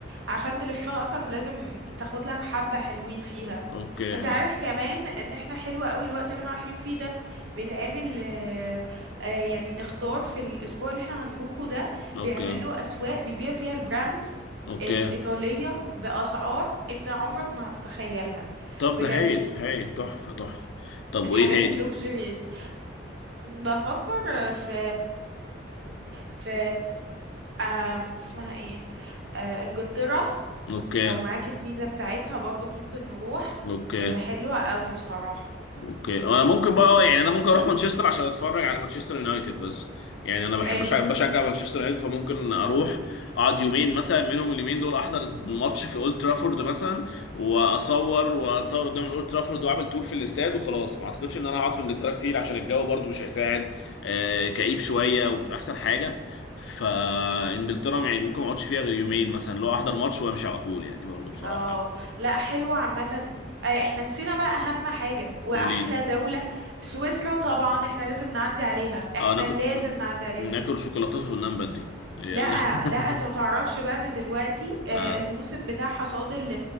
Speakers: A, on the right; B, on the left.
A: عشان تلفها اصلا لازم تاخد لك حبة حلوين فيها
B: اوكي
A: وانت
B: ها
A: عارف كمان ان احنا حلوة قوي الوقت اللي احنا رايحين فيه ده بيتعمل آه، آه، يعني نختار في الاسبوع اللي احنا هنروحه ده
B: اوكي
A: بيعملوا اسواق بيبيعوا فيها البراندز
B: اوكي
A: الإيطالية بأسعار انت عمرك ما هتتخيلها
B: طب
A: بجد
B: ده هايل هايل تحفه تحفه طب
A: الحاجات
B: وايه تاني
A: اللوكسجريس بفكر في في أم، اسمها ايه آه، انجلترا
B: اوكي
A: لو معاك الفيزا بتاعتها برضو ممكن نروح
B: اوكي
A: هي حلوة قوي بصراحة
B: اوكي انا ممكن بقى يعني انا ممكن اروح مانشستر عشان اتفرج على مانشستر يونايتد بس يعني انا بحب
A: حلو
B: أشجع- بشجع مانشستر يونايتد فممكن اروح اقعد يومين مثلا منهم اليومين دول احضر الماتش في اولد ترافورد مثلا واصور واتصور قدام الاولد ترافورد واعمل تور في الاستاد وخلاص ما اعتقدش ان انا هقعد في انجلترا كتير عشان الجو برضو مش هيساعد آه، كئيب شويه ومش احسن حاجه فانجلترا يعني ممكن ما اقعدش فيها غير يومين مثلا لو احضر ماتش وامشي على طول يعني برضو بصراحه
A: اه
B: يعني
A: لا حلوة عامة آه، احنا نسينا بقى اهم حاجة واحلى
B: تقول ايه
A: دولة سويسرا طبعا احنا لازم نعدي عليها احنا
B: اه ناكل
A: لازم نعدي عليها
B: ناكل شوكولاتات وننام بدري هي
A: لا
B: ال... <laughs>
A: لا انت متعرفش بقى ان دلوقتي آه،
B: اه
A: الموسم بتاع حصاد ال